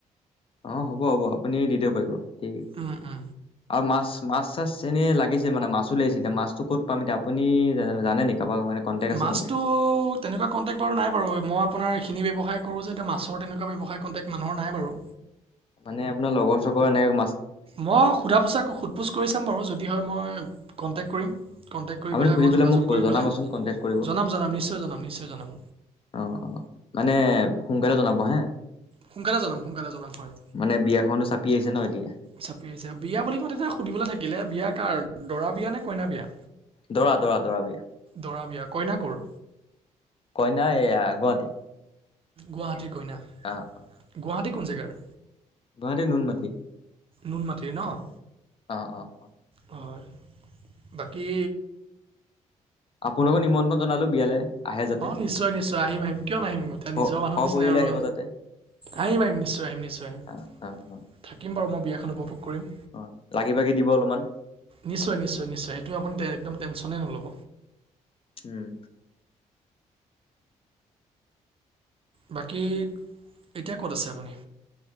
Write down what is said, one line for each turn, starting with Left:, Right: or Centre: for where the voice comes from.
Left: অ', হ'ব হ'ব। আপুনি দি দিব পাৰিব। ঠিক
Right: আ আ
Left: আৰু মাছ মাছ চাছ এনে লাগিছিল মানে। মাছো লাগিছিল। মাছটো ক'ত? মাছ এতিয়া আপুনি জানে নেকি? কাৰোবাৰ মানে কণ্টেক্ট আছে
Right: মাছটো
Left: নেকি?
Right: তেনেকুৱা কণ্টেকট নাই বাৰু। মই আপোনাৰ এইখিনি ব্যৱসায় কৰো যে মাছৰ তেনেকুৱা ব্যৱসায় কণ্টেক মানুহৰ নাই বাৰু।
Left: মানে আপোনাৰ লগৰ চগৰ এনেক
Right: মই সোধা পোছা সোধ পোছ কৰি চাম বাৰু যদি হয় মই কন্টেক কৰিম। কণ্টেক্ট কৰি
Left: আপুনি
Right: পেলাই
Left: সুধি
Right: মই যোগাযোগ
Left: মোক
Right: কৰি
Left: জনাবচোন
Right: পেলাই,
Left: কণ্টেক্ট কৰিব
Right: জনাম জনাম, নিশ্চয় জনাম নিশ্চয় জনাম।
Left: অ' অ' মানে সোনকালে জনাব হা।
Right: সোনকালে জনাম সোনকালে জনাম হয়
Left: মানে বিয়াখনতো চাপি আহিছে ন? এতিয়া
Right: চাপি আহিছে। বিয়া বুলি কওঁতে তেতিয়া সুধিবলৈ থাকিলে। বিয়া কাৰ, দৰা বিয়া নে কইনা বিয়া?
Left: দৰা দৰা দৰা বিয়া
Right: দৰা বিয়া। কইনা ক'ৰ?
Left: কইনা এইয়া গুৱাহাটি।
Right: গুৱাহাটীৰ কইনা।
Left: অ' অ'।
Right: গুৱাহাটীৰ কোন জেগাৰ।
Left: গুৱাহাটী, নুনমাতি।
Right: নুনমাটিৰ ন?
Left: অ' অ'।
Right: হয়। বাকী
Left: আপোনাকো নিমন্ত্ৰণ জনালো বিয়ালৈ। আহে যাতে
Right: অ' নিশ্চয় নিশ্চয়। আহিম আহিম, কিয় নাহিম? এতিয়া
Left: স
Right: নিজৰ মানুহ
Left: সপৰিয়ালে
Right: নিচিনা আৰু।
Left: আহিব যাতে
Right: আহিম আহিম। নিশ্চয় আহিম নিশ্চয় আহিম।
Left: অ অ অ
Right: থাকিম বাৰু মই বিয়াখন উপভোগ কৰিম।
Left: অ' লাগি ভাগি দিব অলপমান।
Right: নিশ্চয়, নিশ্চয়, নিশ্চয়। সেইটো আপুনি একদম টেনচনেই নল'ব।
Left: উম।
Right: বাকী এতিয়া ক'ত আছে আপুনি?